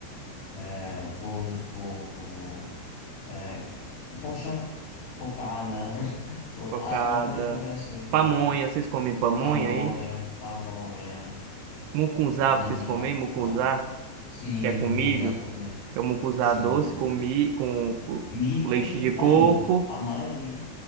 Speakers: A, on the left (about 80°); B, on the right (about 80°).
A: É, bolo de coco, é, poxa, cocada, <laughs> Bo-
B: cocada,
A: há algumas variações de
B: pamonha, vocês comem pamonha
A: pamonha,
B: aí?
A: pamonha.
B: Mucunzá,
A: mandioca,
B: vocês comem mucunzá,
A: sim,
B: que é com
A: munguzá
B: milho?
A: também,
B: É o mucunzá
A: sim,
B: doce com, mi, com, com
A: milho
B: leite
A: e
B: de
A: caído.
B: coco.
A: A maioria